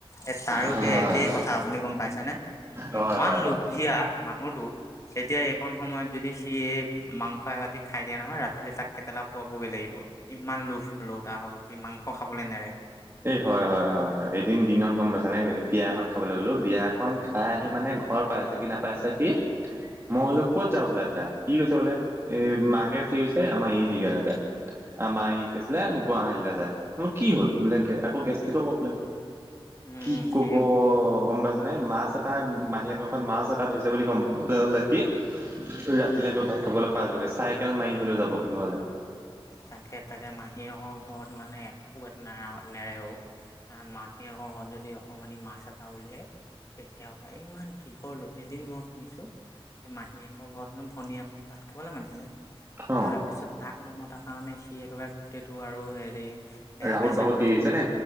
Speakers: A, on the left; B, on the right.
A: এই তাৰো
B: হয়
A: সেই একেই কথা আপুনি গম পাইছেনে।
B: হয়
A: ইমান
B: হয়
A: লোভীয়া
B: হয়।
A: মানুহটো তেতিয়া এইখন সময়ত যদি সি এই মাংস এবতি খাই দিয়া নহয় ৰাতিলে তাক কেটলা পোৱাবগৈ লাগিব। ইমান লোভ হলো তাৰ সি মাংস খাবলৈ নেৰে।
B: এই হয় হয় হয় হয় এদিন দিনত গম পাইছ নে বিয়া এখন খাবলৈ গলো, বিয়া এখন খাই আহি মানে ঘৰ পাই তে কি নাপাই চাকি কি
A: উম
B: মই বোলো ক'ত যা বোলা দা, কি কৈছে বোলে এ মাকে চি কৈছে আমাৰ ই হেৰি গে যোয়। আমাৰ এই কি আছিলে গুৱাহাটীলৈ যায় বোলোঁ কি হ'ল? বোলে গে আকৌ গেষ্টিকৰ প্ৰব্লেম,
A: উম
B: কি কব
A: সেই
B: গম পাই যোনে মাছ এটা মাহীকাষত মাছ এটা ধৰিছে বুলি গম পাবলৈ হ'লে কি ৰাতিলে
A: উম
B: গৈ ভাত খাবলৈ পাই যাবগে চাইকেল মাৰি হলেও যাব কিবা হলে।
A: তাকে তাকে মাহীয়েকৰ ঘৰত মানে একো এত না নেৰেও। আহ মাকে ঘৰত যদি অকমানি মাছ এটা উলিয়াই তেতিয়া পায় ইমান কিহৰ লোক এদিন মই শুনিছো সেই মাহীয়েকৰ ঘৰত হেনো ভনীয়ে আকৌ ভাত খাবলৈ মাতিলে
B: অ
A: তাৰপিছত তাক নমতাৰ কাৰণে সি একেবাৰে গোটেইটো আৰু হেৰি বেয়া
B: ৰাহুত
A: পাইছে
B: বাহুত
A: নহয়
B: দি আহিছে
A: কি?
B: নে